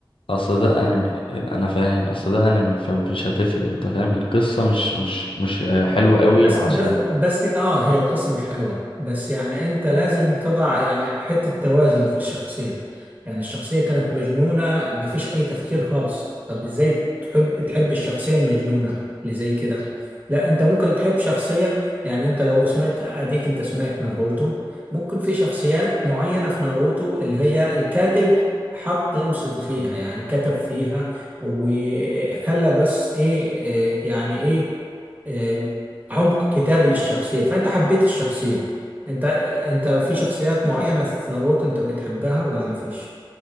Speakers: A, on the left; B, on the right.
A: اصل ده انمي انا فاهم اصل ده انمي فمش هتفرق انت فاهم القصة مش مش مش حلوة قوي
B: بس
A: عشان
B: بس بس اه هي القصة مش حلوة بس يعني انت لازم تضع يعني حتة توازن في الشخصية يعني الشخصية كانت مجنونة مفيش اي تفكير خالص طب ازاي تحب تحب الشخصية المجنونة اللي زي كده لا انت ممكن تحب شخصية يعني انت لو سمعت اديك انت سمعت ناروتو ممكن في شخصيات معينة في ناروتو اللي هي الكاتب حط لمسته فيها يعني كتب فيها وخلى بس ايه إيه، يعني ايه آه، عمق كتابة للشخصية فأنت حبيت الشخصية أنت أنت في شخصيات معينة في ناروتو أنت بتحبها ولا مفيش؟